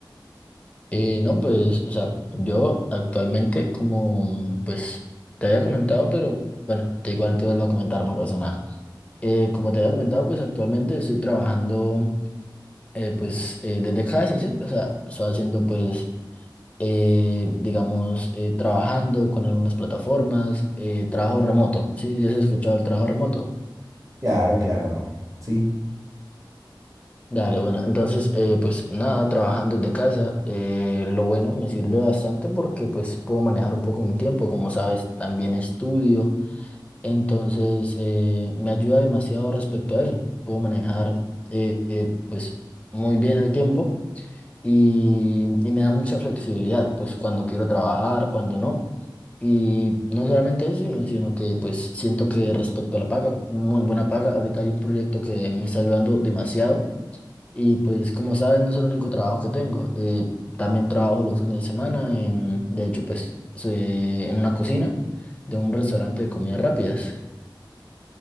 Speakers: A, on the left; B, on the right.
A: Eh, no, pues, o sea, yo actualmente, como pues te había comentado, pero bueno, te igual te vuelvo a comentar, no pasa nada. Eh, como te había comentado, pues actualmente estoy trabajando eh, pues eh, desde casa, ¿sí? O sea, estoy haciendo pues, eh, digamos, eh, trabajando con algunas plataformas, eh, trabajo remoto, ¿sí? ¿Ya has escuchado el trabajo remoto?
B: Claro, claro. Sí,
A: Dale, bueno, entonces, eh, pues nada, trabajando desde casa, eh, lo bueno me sirve bastante porque pues puedo manejar un poco mi tiempo, como sabes, también estudio, entonces eh, me ayuda demasiado respecto a eso, puedo manejar eh, eh, pues muy bien el tiempo y, y me da mucha flexibilidad, pues cuando quiero trabajar, cuando no, y no solamente eso, sino, sino que pues siento que respecto a la paga, muy buena paga, ahorita hay un proyecto que me está ayudando demasiado y pues como sabes, no es el único trabajo que tengo. Eh, también trabajo los fines de semana en, de hecho, pues se- en una cocina de un restaurante de comidas rápidas.